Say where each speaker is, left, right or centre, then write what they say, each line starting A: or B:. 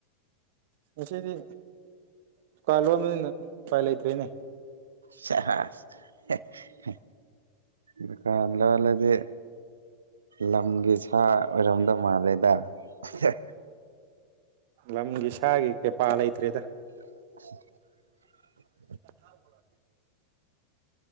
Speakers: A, on the right; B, on the right.
A: ꯉꯁꯤꯗꯤ ꯗꯨꯀꯥꯟ ꯂꯣꯟꯕꯅꯤꯅ ꯎꯄꯥꯏ ꯂꯩꯇ꯭ꯔꯦꯅꯦ
B: ꯁꯦꯖ ꯍꯦ ꯍꯦ ꯗꯨꯀꯥꯟ ꯂꯣꯜꯂꯗꯤ ꯂꯝꯒꯤ ꯁꯥ ꯑꯣꯏꯔꯝꯗꯧ ꯃꯥꯜꯂꯦꯗ ꯑꯍꯦ
A: ꯂꯝꯒꯤ ꯁꯥꯒꯤ ꯀꯦꯄꯥꯥ ꯂꯩꯇ꯭ꯔꯦꯗ
B: <inaudible>
A: <unintelligible>